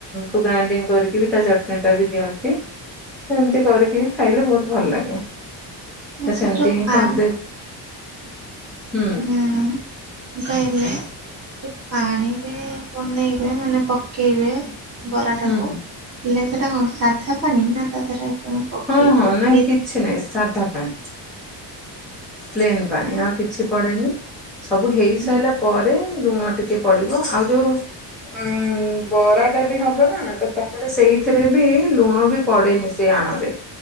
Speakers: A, in the centre; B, on the right.
A: କୁ ଗ୍ରାଇଣ୍ଡିଙ୍ଗ କରିକି ବି ତା ଚଟଣିଟା ବି ଦିଅନ୍ତି। ସେମତି କରିକି ଖାଇଲେ ବହୁତ ଭଲ ଲାଗେ
B: ଆଚ୍ଛା
A: ତ ସେମିତି
B: ଯୋଉ
A: ହିଁ
B: ପା
A: କରିଦେ ହୁଁ
B: ହୁଁ। କଇଲେ ପାଣିରେ ବନେଇବେ ମାନେ ପକେଇବେ ବରା
A: ହୁଁ
B: ଟାକୁ ହେଲେ ସେଟା କଣ ସାଧା ପାଣି ନା ତା ଦେହରେ କଣ ପକେଇବେ
A: ହଁ ହଁ ନାଇଁ
B: ବିଟ୍
A: କିଛି ନାଇଁ ସାଧା ପାଣି। ପ୍ଲେନ ପାଣି ଆଉ କିଛି ପଡେନି ସବୁ ହେଇସାରିଲା
B: ହୁଁ,
A: ପରେ ଲୁଣ ଟିକେ ପଡିବ ଆଉ ଯୋଉ ଉଁ ଉଁ ବରାଟା ବି ହବ ନା ତ ତାଙ୍କର ସେଇଥିରେ
B: ହୁଁ,
A: ବି ଲୁଣ ବି ପଡେନି ସେ ଆଣ ରେ।